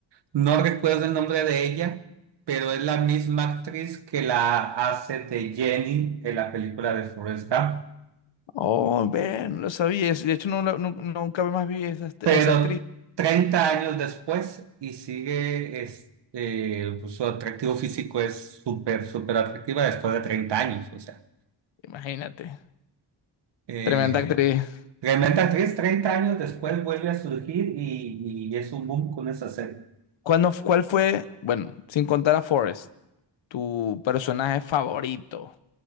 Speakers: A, on the right; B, on the left.
A: no recuerdo el nombre de ella, pero es la misma actriz que la hace de Jenny en la película de Forrest Gump.
B: Oh, ven, no lo sabía. De hecho, no, la- nu- nunca más vi esa,
A: Pero
B: esa actriz.
A: 30 años después y sigue, es, eh, pues, su atractivo físico es súper, súper atractiva después de 30 años, o sea.
B: Imagínate.
A: eh,
B: Tremenda actriz.
A: Tremenda actriz, 30 años después vuelve a surgir y, y es un boom con esa serie.
B: ¿Cuándo, cuál fue, bueno, sin contar a Forrest, tu personaje favorito